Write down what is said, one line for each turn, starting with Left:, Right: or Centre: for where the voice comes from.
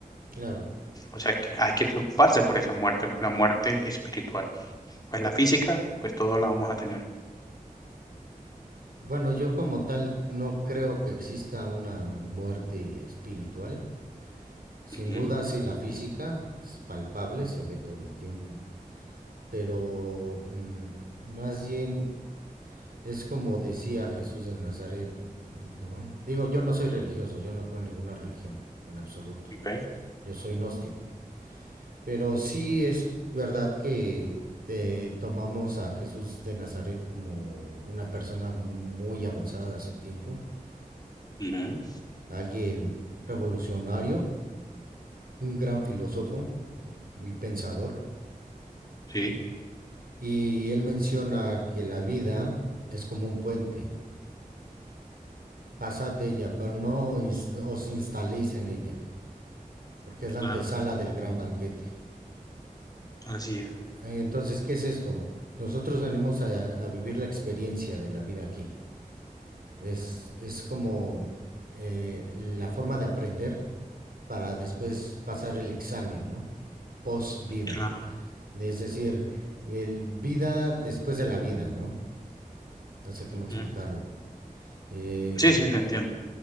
Right: claro.
Left: O sea, que hay que preocuparse por esa muerte, por la muerte espiritual. Pues la física, pues todos la vamos a tener.
Right: Bueno, yo como tal no creo que exista una muerte espiritual. Sin
Left: Ujú,
Right: duda, sí, la física es palpable, se ve todo el tiempo. Pero mm, más bien es como decía Jesús de Nazaret, ¿no? Digo, yo no soy religioso, yo no creo en ninguna religión, en absoluto.
Left: ok,
Right: Yo soy gnóstico. Pero sí es verdad que eh, tomamos a Jesús de Nazaret como una persona muy avanzada de su tiempo,
Left: ujú,
Right: alguien revolucionario, un gran filósofo y pensador.
Left: Sí,
Right: Y él menciona que la vida es como un puente, pasad de ella, pero no ins- os instaléis en ella, porque es la
Left: claro,
Right: antesala del gran banquete.
Left: así es,
Right: Entonces, ¿qué es esto? Nosotros venimos a, a vivir la experiencia de la vida aquí. Es, es como eh, la forma de aprender para después pasar el examen, ¿no? Post vida.
Left: claro.
Right: Es decir, el vida después de la vida, ¿no? No sé cómo
Left: Ujú.
Right: explicarlo. Eh,
Left: Sí, sí, te entiendo.